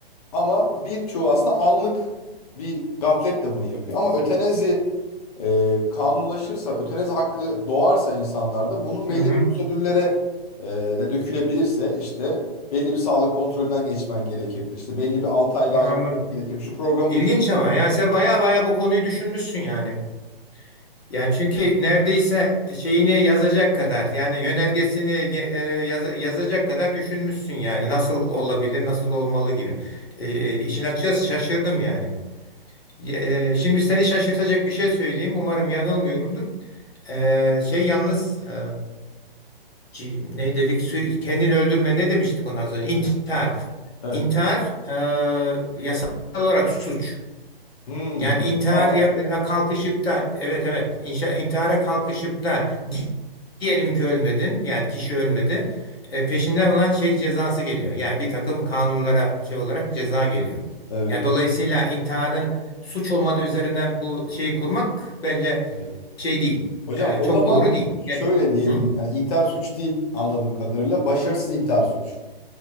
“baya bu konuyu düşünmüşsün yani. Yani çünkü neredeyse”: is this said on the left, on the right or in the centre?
Left